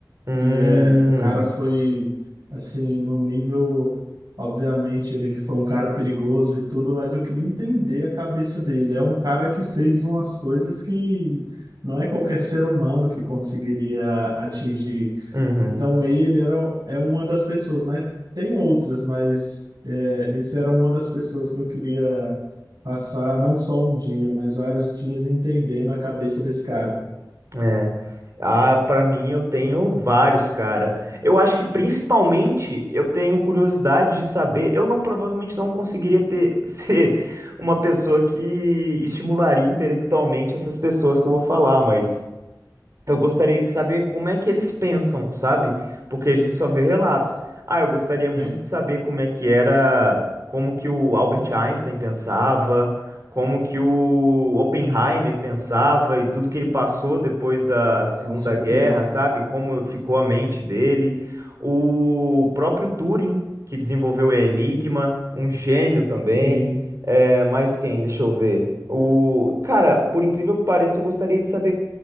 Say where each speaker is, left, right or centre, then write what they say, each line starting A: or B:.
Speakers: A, on the right; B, on the right.
A: Hum,
B: que é, o cara foi, assim, no nível, obviamente, ele foi um cara perigoso e tudo, mas eu queria entender a cabeça dele. É um cara que fez umas coisas que não é qualquer ser humano que conseguiria atingir.
A: uhum.
B: Então ele era, é uma das pessoas, mas tem outras, mas é, esse era uma das pessoas que eu queria passar não só um dia, mas vários dias entendendo a cabeça desse cara.
A: É. Ah, para mim eu tenho vários, cara. Eu acho que principalmente eu tenho curiosidade de saber. Eu não provavelmente não conseguiria ter <laughs> ser uma pessoa que estimularia intelectualmente essas pessoas que eu vou falar, mas eu gostaria de saber como é que eles pensam, sabe? Porque a gente só vê relatos. Ah, eu gostaria muito
B: Sim,
A: de saber como é que era, como que o Albert Einstein pensava, como que o Oppenheimer pensava e tudo que ele passou depois da Segunda
B: com certeza.
A: Guerra, sabe? Como ficou a mente dele. O próprio Turing, que desenvolveu o Enigma, um gênio também.
B: Sim,
A: É, mais quem? Deixa eu ver. O cara, por incrível que pareça, eu gostaria de saber